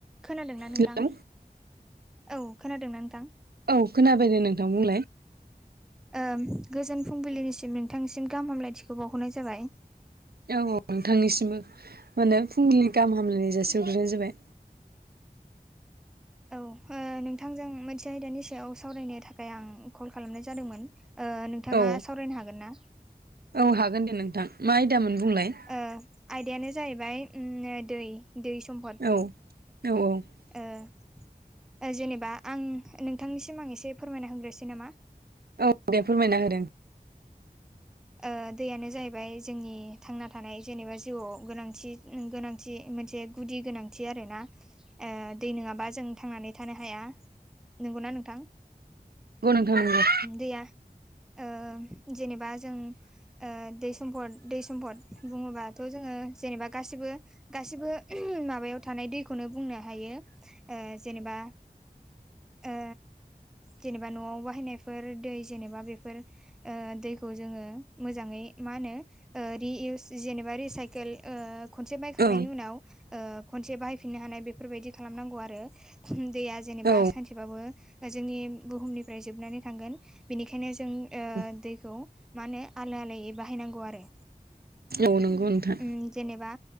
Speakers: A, in the centre; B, on the right.
A: खोनादोंना नोंथां
B: हेलौ
A: औ खोनादोंना नोंथां
B: औ खोनाबायदे नोंथां बुंलाय
A: ओ गोजोन फुंबिलिनिसिम नोंथांनिसिम गाहाम हामलायथिखौ बावहरनाय जाबाय
B: औ औ नोंथांनिसिमबो माने फुंबिलिनि गाहाम हामलायनाय जासिहरग्रोनाय जाबाय
A: औ ओ नोंथांजों मोनसे आयदानि सायाव सावरायनो थाखाय आं कल खालामनाय जादोंमोन ओ नोंथाङा
B: औ
A: सावरायनो हागोन ना
B: औ हागोन दे नोंथां मा आयदामोन बुंलाय
A: ओ आयदायानो जाहैबाय दै दै सम्फद
B: औ औ औ
A: ओ जेनेबा आं नोंथांनिसिम आं एसे फोरमायना होग्रोसै नामा
B: औ दे फोरमायना होदों
A: ओ दैयानो जाहैबाय जोंनि थांना थानाय जेनेबा जिउआव गोनांथि गोनांथि मोनसे गुदि गोनांथि आरो ना ओ दै नङाबा जों थांनानै थानो हाया नंगौना नोंथां
B: औ नंगौ नोंथां
A: दैया ओ जेनेबा उम औ जों दै सम्फद दै सम्फद बुङोबाथ' जोङो जेनेबा गासिबो गासिबो माबायाव थानाय दैखौनो बुंनो हायो ओ जेनेबा <unintelligible> ओ जेनेबा न'आव बाहायनायफोर दै जेनेबा बेफोर ओ दै खौ जोङो मोजाङै मा होनो ओ रिइउस जेनेबा रिसाइकेल ओ खनसे बायखांनायनि
B: नंगौ
A: उनाव ओ खनसे बाहायफिननो हानाय बेफोरबायदि खालामनांगौ आरो दै जेनेबा
B: औ
A: सानसेबाबो
B: ओं
A: जोंनि बुहुमनिफ्राय जोबनानै थांगोन बिनिखायनो जों
B: औ
A: दैखौ मा होनो आलो आलोयै बाहायनांगौ आरो
B: औ नंगौ नोंथां
A: उम जेनेबा